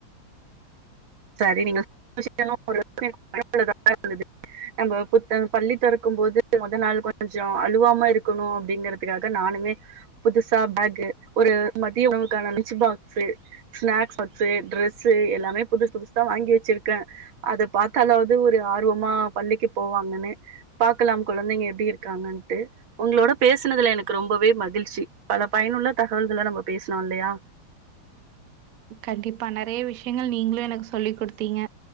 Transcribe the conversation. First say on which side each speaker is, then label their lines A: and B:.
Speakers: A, on the right (about 80°); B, on the right (about 60°).
A: சரி நீங்க <inaudible> <inaudible> நம்ம புத்த பள்ளி திறக்கும் போது மொதல் நாள் கொஞ்சொ அழுவாம இருக்கணு அப்டிங்கறதுக்காக நானுமே புதுசா பேக்கு ஒரு மதிய உணவுக்கான lunch box snacks box dress எல்லாமே புதுசு புதுசா வாங்கி வெச்சிருக்கே அத பாத்தாலாவது ஒரு ஆர்வமா பள்ளிக்கு போவாங்கன்னு பாகக்கலாம் குழந்தைங்க எப்டி இருக்காங்கன்ட்டு உங்களோட பேசுனதுல எனக்கு ரொம்பவே மகிழ்ச்சி பல பயனுள்ள தகவல்கள நம்ம பேசனோ இல்லையா
B: கண்டிப்பா நெறைய விஷயங்கள் நீங்களு எனக்கு சொல்லிக் கொடுத்தீங்க